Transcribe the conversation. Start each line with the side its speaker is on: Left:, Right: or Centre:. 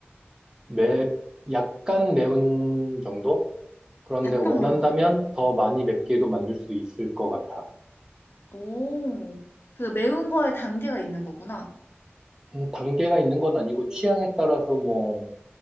Right: 매, 약간 매운 정도? 그런데
Left: 약간
Right: 원한다면
Left: 매운. 정도.
Right: 더 많이 맵게도 만들 수 있을 것 같아.
Left: 오, 그 매운 거에 단계가 있는 거구나.
Right: 음, 단계가 있는 건 아니고 취향에 따라서 뭐